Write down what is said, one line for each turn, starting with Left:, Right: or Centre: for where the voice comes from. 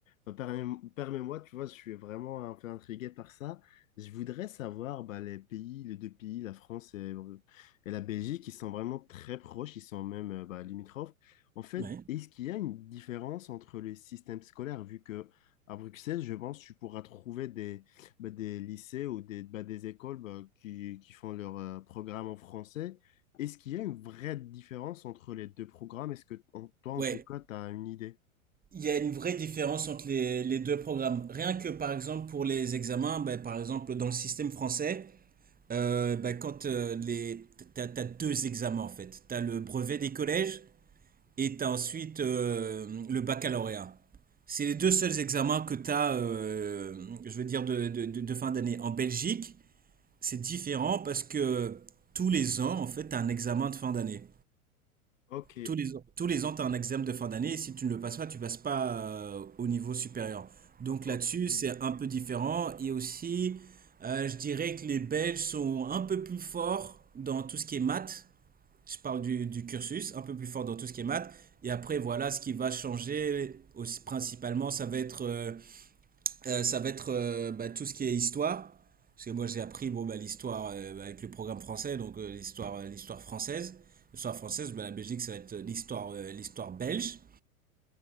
Left: Bah, permets- permets-moi, tu vois, je suis vraiment un peu intrigué par ça. Je voudrais savoir bah, les pays, les deux pays, la France et, et la Belgique, ils sont vraiment très proches, ils sont même euh, bah, limitrophes. En fait,
Right: Ouais.
Left: est-ce qu'il y a une différence entre les systèmes scolaires, vu que à Bruxelles, je pense, tu pourras trouver des, bah, des lycées ou des, bah, des écoles bah, qui, qui font leur euh, programme en français. Est-ce qu'il y a une vraie différence entre les deux programmes? Est-ce que en- toi, en
Right: Ouais,
Left: tout cas, tu as une idée?
Right: il y a une vraie différence entre les, les deux programmes. Rien que par exemple pour les examens, ben, par exemple dans le système français, euh, ben, quand euh, les, t'as, t'as deux examens en fait. T'as le brevet des collèges et t'as ensuite euh, le baccalauréat. C'est les deux seuls examens que t'as, euh, je veux dire, de, de, de- de fin d'année. En Belgique, c'est différent parce que tous les ans, en fait, t'as un examen de fin d'année.
Left: Ok,
Right: Tous les ans, tous les ans, tu as un examen de fin d'année et si tu ne le passes pas, tu passes pas euh, au niveau supérieur. Donc
Left: Oh,
Right: là-dessus,
Left: mm.
Right: c'est un peu différent. Et aussi, euh, je dirais que les Belges sont un peu plus forts dans tout ce qui est maths. Je parle du, du cursus, un peu plus fort dans tout ce qui est maths. Et après, voilà, ce qui va changer aussi, principalement, ça va être euh, euh, ça va être euh, bah, tout ce qui est histoire. Parce que moi, j'ai appris bon, bah, l'histoire euh, avec le programme français, donc euh, l'histoire euh, l'histoire française. L'histoire française, bah, la Belgique, ça va être euh, l'histoire euh, l'histoire belge.